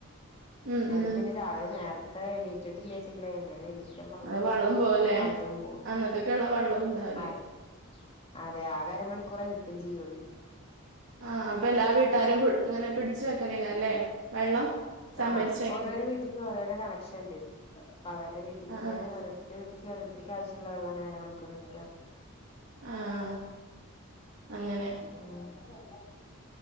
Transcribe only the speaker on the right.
ഉം ഉം
അത് വള്ളം പോവുല്ലേ
അന്നക്കൊക്കെള്ള വള്ളവും ഉണ്ടാവില്ല
ആഹ് അപ്പൊ എല്ലാ വീട്ടാരും പുൾ ഇങ്ങനെ പിടിച്ച് വെക്കലേയ്കാരം ല്ലേ വെള്ളം സംഭരിച്ച്
വെക്കല്
ആഹ്
ആഹ്
ആഹ് അങ്ങനെ